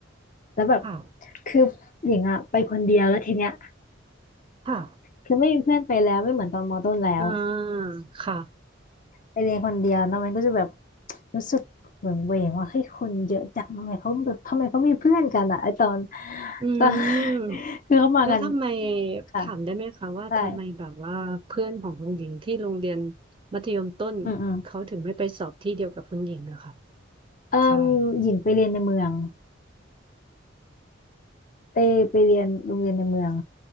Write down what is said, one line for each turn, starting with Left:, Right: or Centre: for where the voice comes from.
Left: แล้วแบบ
Right: ค่ะ
Left: คือหญิงอะไปคนเดียวแล้วทีเนี้ย
Right: ค่ะ
Left: คือไม่มีเพื่อนไปแล้วไม่เหมือนตอนมต้นแล้ว
Right: อ่าค่ะ
Left: ไปเรียนคนเดียวเนอะมันก็จะแบบรู้สึกเหมือนเวงว่าเฮ้ยคนเยอะจังทำไมเขาแบบทำไมเขามีเพื่อนกันอะไอตอน
Right: อืม
Left: ตอน <laughs> คือเขามากัน
Right: แล้วทำไม
Left: ค่ะ
Right: ถามได้ไหมคะว่าทำไมแบบว่าเพื่อนของคุณหญิงที่โรงเรียน
Left: ได้
Right: มัธยมต้นเขาถึงไม่ไปสอบที่เดียวกับคุณหญิงอะค่ะ
Left: อืมอืมเอ่มหญิงไปเรียนในเมือง
Right: ใช่
Left: ไปไปเรียนโรงเรียนในเมือง